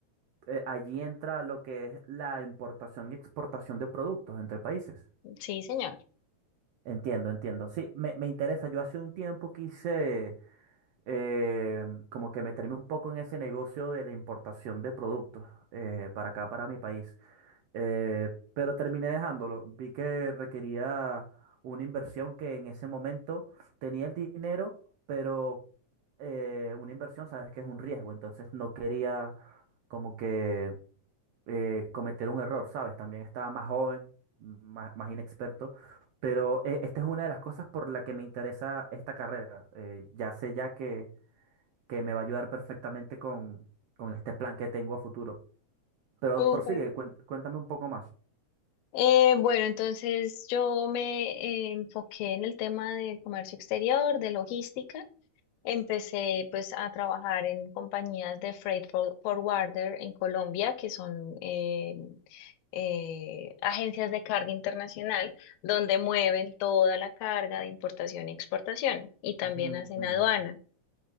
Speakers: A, on the right; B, on the left.
A: eh, allí entra lo que es la importación y exportación de productos entre países.
B: Sí, señor.
A: Entiendo, entiendo. Sí, me, me interesa. Yo hace un tiempo quise eh, como que meterme un poco en ese negocio de la importación de productos eh, para acá, para mi país. Eh, pero terminé dejándolo. Vi que requería una inversión que en ese momento tenía el dinero, pero eh, una inversión, sabes que es un riesgo, entonces no quería como que eh, cometer un error, ¿sabes? También estaba más joven, más, más inexperto, pero eh, esta es una de las cosas por la que me interesa esta carrera. Eh, ya sé ya que, que me va a ayudar perfectamente con, con este plan que tengo a futuro. Pero
B: Súper.
A: prosigue, cuen- cuéntame un poco más.
B: Eh, bueno, entonces yo me eh, enfoqué en el tema de comercio exterior, de logística. Empecé pues a trabajar en compañías de freight for- forwarder en Colombia, que son eh, eh, agencias de carga internacional, donde mueven toda la carga de importación y exportación y también
A: Mm,
B: hacen aduana.